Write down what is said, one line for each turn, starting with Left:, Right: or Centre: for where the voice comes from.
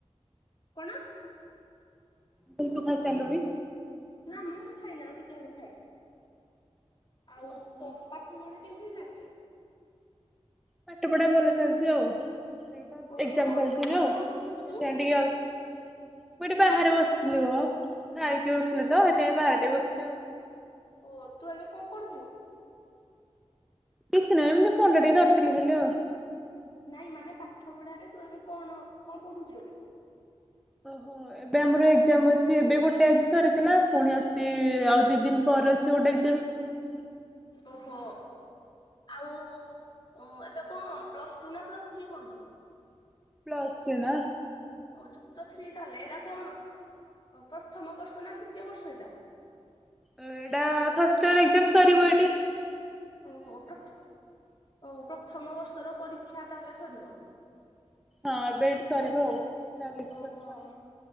Left: କଣ?
Centre: କହିଲି ତୁ ଖାଇସାରିଲୁଣି?
Left: ନା ମୁଁ ଖାଇନି ଆଉ ଟିକେ ହେଲେ ଖାଇବି। ଆଉ
Centre: ଓହୋ
Left: ତୋ ପାଠ ପଢା କେମିତି ଚାଲଛି?
Centre: ପାଠ ପଢା ଭଲ ଚାଛି ଆଉ। <inaudible>
Left: ଓହୋ
Centre: ଏକ୍ଜାମ ଚାଲିଛି
Left: ଏବେ
Centre: ଯୋଉ
Left: କଣ କରୁଛୁ କି ତୁ
Centre: ସେ ଟିକ <unintelligible> ମୁଁ ଏଠି ବାହାରେ ବସିଥିଲି ମ ଆଉ ଖାଇକି ଉଠଥିଲି ତ ଏଥିପାଇଁ ବାହାର ଟେ ବସିଛି ଆଉ।
Left: ଓ ତୁ ଏବେ କଣ କରୁଛୁ?
Centre: କିଛି ନାଇ ଏମିତି ଫୋନ୍ ଟା ଟିକେ ଧରିଥିଲେ ଖାଲି ଆଉ।
Left: ନାଇଁ ମାନେ ପାଠ ପଢାରେ ତୁ ଏବେ କଣ କଣ ପଠୁଛୁ ଏବେ?
Centre: ଓହୋ ଏବେ ଆମର ଏକ୍ଜାମ ଅଛି। ଏବେ ଗୋଟେ ଆଜି ସରିଥିଲା। ପୁଣି ଅଛି ଆଉ ଦି ଦିନ ପରେ ଅଛି ଗୋଟେ ଏକ୍ଜାମ। ହ <unintelligible>
Left: ଓହୋ ଆଉ ଏବେ କଣ ପ୍ଲସ ଟୁ ନା ପ୍ଲସ୍ ଥ୍ରୀ କରୁଛୁ?
Centre: ପ୍ଲସ ଥ୍ରି ନାଁ।
Left: ଓ ଯୁକ୍ତ ଥ୍ରି ତାହେଲେ ଏଇଟା କଣ ପ୍ରଥମ ବର୍ଷ ନା ଦି ଦୃତୀୟ ବର୍ଷ ଏଇଟା।
Centre: ଏଇଟା ଫାର୍ଷ୍ଟ ଇୟର୍ ଏକ୍ଜାମ ସରିିବ ଏଟି।
Left: ଓହୋ ପ୍ରଥ୍ ଓ ପ୍ରଥମ ବର୍ଷର ପରୀକ୍ଷା ତାହେଲେ ସରିବ।
Centre: ହଁ ଏବେ ଏଇଟି ସରିବ ଆଉ ଚାଲିଛି
Left: ଓହୋ।
Centre: ପରୀକ୍ଷା ଆଉ।